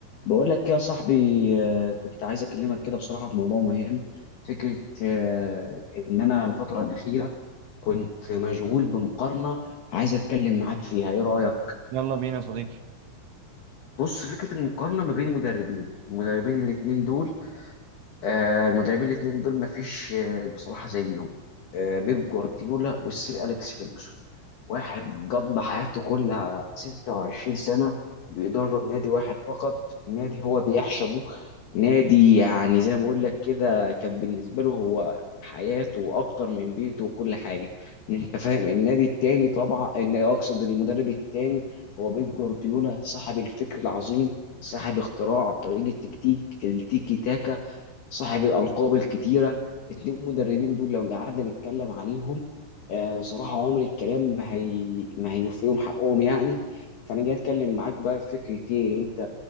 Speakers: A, on the left; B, on the right.
A: بقول لك يا صاحبي آه، كنت عايز اكلمك كده بصراحه في موضوع مهم فكره آه، ان انا الفتره الاخيره كنت مشغول بمقارنه عايز اتكلم معاك فيها ايه رايك
B: يلا بينا يا صديقي
A: بص فكره المقارنه ما بين المدربين المدربين الاثنين دول آه، المدربين الاثنين دول مفيش آه، بصراحه زيهم آه، بيب جوارديولا والسير اليكس فيرجسون واحد قضى حياته كلها 26 سنه بيدرب نادي واحد فقط نادي هو بيعشقه نادي يعني زي ما بقول لك كده كان بالنسبه له هو حياته اكتر من بيته وكل حاجه انت فاهم النادي التاني طبعا ان اقصد المدرب التاني هو بيب جوارديولا صاحب الفكر العظيم صاحب اختراع طريقه تكتيك التيكي تاكا صاحب الألقاب الكتيرة اتنين مدربين دول لو قعدنا نتكلم عليهم آه، بصراحة عمر الكلام ما هي ما هيوفيهم حقهم يعني فأنا جاي أتكلم معاك بقى في فكرة إيه أنت